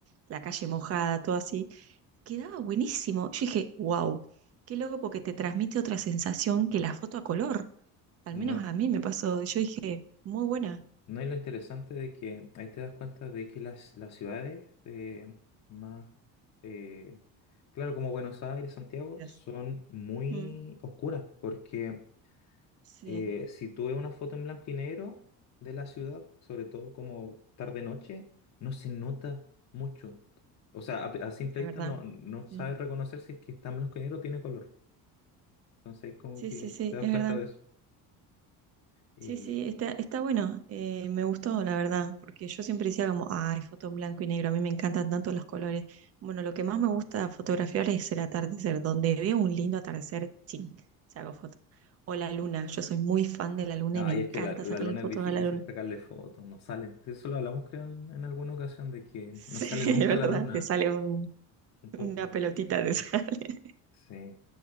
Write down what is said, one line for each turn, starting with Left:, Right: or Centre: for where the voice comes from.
Right: la calle mojada, todo así, quedaba buenísimo. Yo dije, wow, qué loco porque te transmite otra sensación que la foto a color, al
Left: No.
Right: menos a mí me pasó, yo dije, muy buena.
Left: No, y lo interesante de que ahí te das cuenta de que las, las ciudades eh, más, eh, claro, como Buenos Aires, Santiago,
Right: Gracias.
Left: son muy
Right: Mm,
Left: oscuras, porque
Right: sí,
Left: eh, si tú ves una foto en blanco y negro de la ciudad, sobre todo como tarde-noche, no se nota mucho. O sea, a, a simple
Right: es
Left: vista
Right: verdad.
Left: no, no sabes
Right: Sí,
Left: reconocer si es que está en blanco y negro o tiene color. Entonces ahí como
Right: sí,
Left: que
Right: sí, sí,
Left: te das
Right: es
Left: cuenta
Right: verdad.
Left: de eso. Eh,
Right: Sí, sí, está, está bueno. eh, me gustó, la verdad, porque yo siempre decía como, ay, foto en blanco y negro, a mí me encantan tanto los colores. Bueno, lo que más me gusta fotografiar es el atardecer, donde veo un lindo atardecer, ching, se hago foto. O la luna, yo soy muy fan de la luna
Left: Ay,
Right: y me encanta
Left: es que la, la
Right: sacarle
Left: luna
Right: fotos
Left: es difícil
Right: a la luna. <laughs>
Left: sacarle fotos, no sale. Sí, Eso lo hablamos, creo, en, en alguna ocasión, de que
Right: Sí,
Left: no sale nunca
Right: es verdad,
Left: la luna,
Right: te sale un-
Left: un punto.
Right: una pelotita, te sale. <laughs>
Left: Sí,